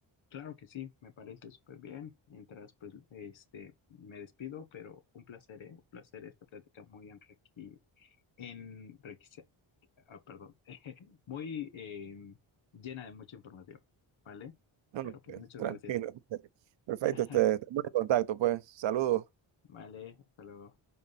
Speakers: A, on the left (about 65°); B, on the right (about 65°).
A: Claro que sí, me parece súper bien. Mientras, pues, este, me despido, pero un placer, ¿eh? Un placer esta plática muy enrique, enriquece- ah, perdón, <laughs> muy eh, llena de mucha información, ¿vale?
B: No,
A: Pero
B: no,
A: pues
B: eh,
A: muchas
B: tranquilo.
A: gracias.
B: <laughs> Perfecto,
A: <laughs>
B: este, estamos en contacto, pues. Saludos.
A: Vale, hasta luego.